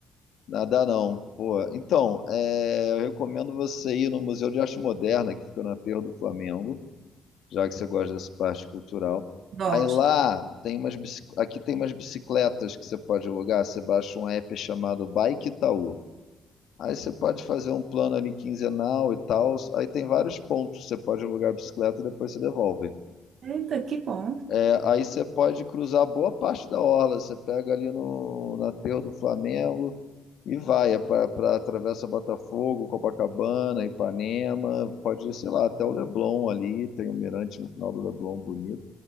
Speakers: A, on the left; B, on the right.
A: Nadar não, pô. Então, é, eu recomendo você ir no Museu de Arte Moderna, que fica no Aterro do Flamengo. já que você gosta dessa parte cultural.
B: gosto.
A: Aí lá tem umas bici- aqui tem umas bicicletas que você pode alugar, você baixa um app chamado Bike Itaú. Aí você pode fazer um plano ali quinzenal e tal. Aí tem vários pontos. Você pode alugar a bicicleta e depois você devolve.
B: Eita, que bom.
A: É, aí você pode cruzar boa parte da orla. Você pega ali no, no aterro do Flamengo e vai. É pra, pra, atravessa Botafogo, Copacabana, Ipanema. Pode ir, sei lá, até o Leblon ali. Tem um mirante no final do Leblon bonito.